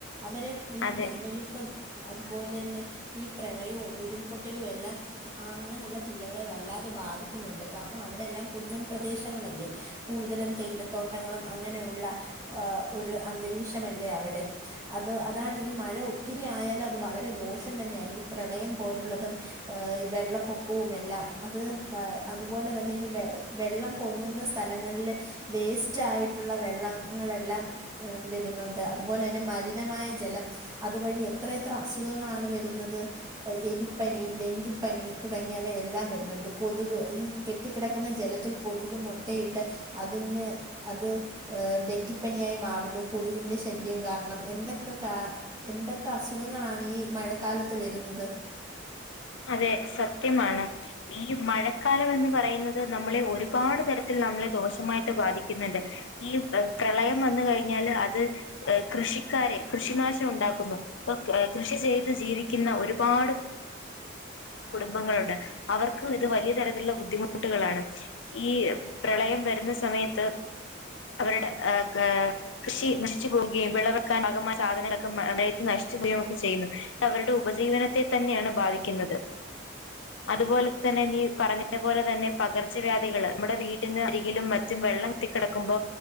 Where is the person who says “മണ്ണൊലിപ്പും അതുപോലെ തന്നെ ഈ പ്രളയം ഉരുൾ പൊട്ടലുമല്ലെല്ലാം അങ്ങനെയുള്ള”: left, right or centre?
Right